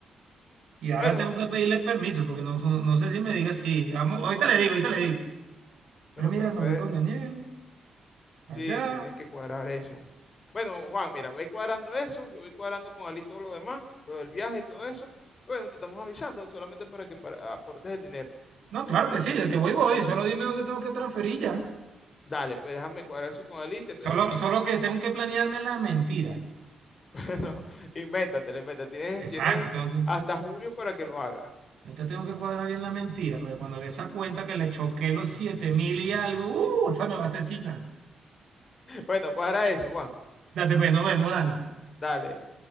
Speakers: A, on the right; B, on the left.
A: Y ahora
B: Bueno,
A: tengo que pedirle permiso, porque no, no, no sé si me diga sí. Vamos, ahorita le digo, ahorita le digo.
B: bueno,
A: Ah, mira,
B: pero
A: me
B: puede,
A: voy con Daniel, para
B: sí,
A: allá.
B: tienes que cuadrar eso. Bueno, Juan, mira, voy cuadrando eso, yo voy cuadrando con Ali todo lo demás, lo del viaje y todo eso. Bueno, te estamos avisando solamente para que para- aportes el dinero.
A: No, claro que sí, de que voy, voy. Solo dime dónde tengo que transferir ya.
B: Dale, pues déjame cuadrar eso con él y te estoy
A: Solo,
B: avisando.
A: solo
B: <laughs>
A: que tengo que planearme la mentira.
B: Bueno, invéntatelo, invéntate, inventa.
A: Exacto,
B: Tienes, tienes
A: tengo que,
B: hasta julio para que lo hagas.
A: ahorita tengo que cuadrar bien la mentira, porque cuando ve esa cuenta que le choqué los siete mil y algo, uh, esa me va a asesinar.
B: Bueno, cuadra eso, Juan.
A: Date pues, nos vemos, Dani.
B: Dale.